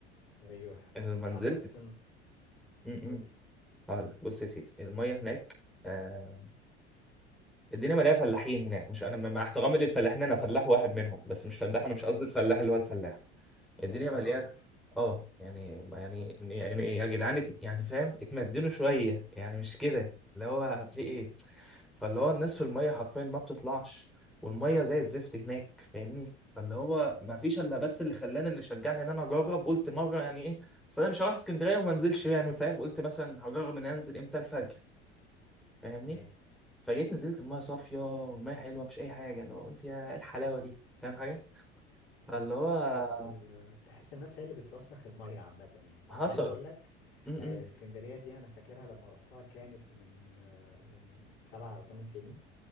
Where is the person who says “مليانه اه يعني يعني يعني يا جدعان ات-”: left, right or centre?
Centre